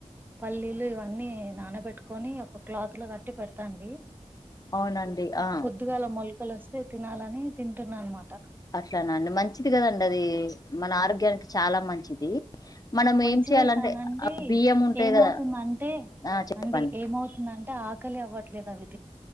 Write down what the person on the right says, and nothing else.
పల్లీలు ఇవన్నీ నానబెట్టుకొని ఒక క్లాత్ లో కట్టి పెడతా అండి
పొద్దుగాల మొలకలు వస్తే తినాలని తింటున్నా అనమాట
మంచిదే
కానండి
ఏమవుతుందంటే
అండి ఏమవుతుందంటే ఆక్ కలి అవ్వట్లేదవి